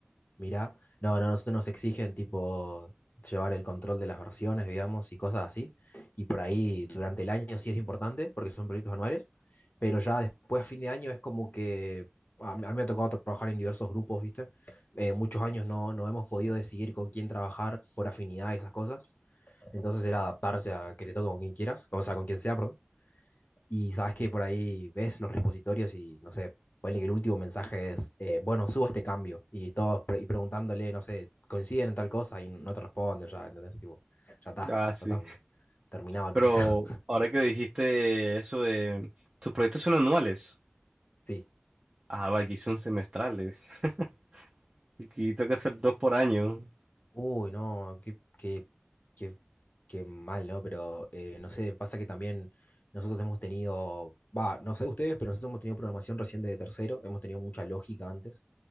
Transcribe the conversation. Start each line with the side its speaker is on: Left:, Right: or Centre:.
Left: Mirá. No, no, nosotros nos exigen tipo llevar el control de las versiones, digamos, y cosas así. Y por ahí durante el año sí es importante, porque son proyectos anuales, pero ya después, a fin de año, es como que a mí, a mí me ha tocado trabajar en diversos grupos, ¿viste? Eh, muchos años no, no hemos podido decidir con quién trabajar por afinidad y esas cosas. Entonces era adaptarse a que te toque con quien quieras, o sea, con quien sea, perdón. Y sabes que por ahí ves los repositorios y no sé, ponele que el último mensaje es, eh, bueno, subo este cambio. Y todos pre- y preguntándole, no sé, coinciden en tal cosa y no te responden ya, ¿entendés? Tipo, ya está,
Right: Ah, sí.
Left: ya está terminado el
Right: Pero
Left: proyecto. <laughs>
Right: ahora que dijiste eso de tus proyectos son anuales.
Left: Sí.
Right: Ah, va, aquí son semestrales. <laughs> Aquí tengo que hacer dos por año.
Left: Uy, no, qué, qué, qué, qué mal, ¿no? Pero eh, no sé, pasa que también nosotros hemos tenido, va, no sé ustedes, pero nosotros hemos tenido programación recién de tercero, hemos tenido mucha lógica antes,